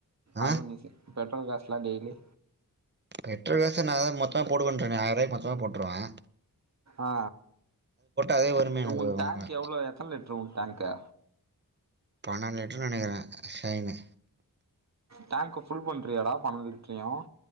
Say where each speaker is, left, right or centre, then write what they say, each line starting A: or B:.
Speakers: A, on the right; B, on the right.
A: ஆ
B: அதுவும் நீ பெட்ரோல் காசெல்லாம் டெய்லி
A: பெட்ரோல் காச நான் தான் மொத்தமா போடுவென்றனே ஆய்ரூபாய்கு மொத்தமா போட்டுருவேன்
B: ஆ
A: அதே வருமே எனக்கு
B: உன் டேங்க்
A: அ
B: எவ்ளோ எத்தன லிட்டரு உன் டேங்க்கு
A: பண்நென்டு லிட்டர்னு நினைக்கிறேன் ஷைனு
B: டேங்க்க ஃபுல் பண்றியாடா பன்நண்டு லிட்டர்யும்